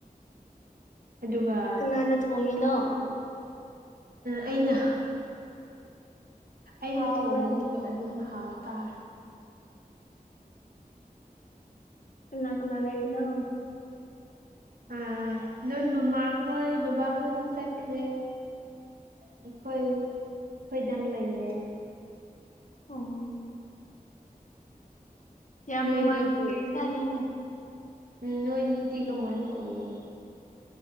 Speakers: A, on the right; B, on the left.
A: ꯑꯗꯨꯒ
B: ꯃꯅ ꯐꯉꯅꯣ
A: ꯑꯩꯅ ꯑꯩꯅ
B: ꯍꯥꯎꯕ꯭ꯔꯥꯅꯦ
A: ꯊꯣꯡꯕꯅꯤꯅ ꯑꯗꯨꯝ ꯍꯥꯎ ꯇꯥꯔꯦ
B: ꯀꯅꯥ ꯀꯅꯥ ꯂꯩꯔꯤꯅꯣ
A: ꯑ ꯅꯣꯏ ꯃꯃꯥ ꯍ ꯕꯥꯥ ꯍ ꯇ ꯆꯠꯈꯋꯦ ꯑꯩꯈꯣꯏ ꯈꯣꯏꯗꯪ ꯂꯩꯔꯦ
B: ꯑꯣꯝ ꯌꯥꯝ
A: ꯅꯣꯏꯅꯤꯗꯤ
B: ꯅꯨꯡꯉꯥꯏꯅꯦ ꯂꯩꯔꯤꯖꯥꯅꯤꯡꯅꯦ
A: ꯎꯝ ꯅꯣꯏꯅꯤꯗꯤ ꯀꯃꯥꯏꯅ ꯇꯧꯔꯤꯅꯣ